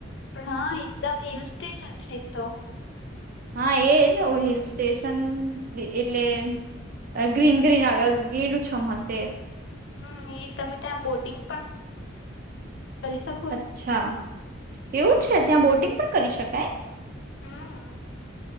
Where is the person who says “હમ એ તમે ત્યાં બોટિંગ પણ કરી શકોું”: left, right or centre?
Left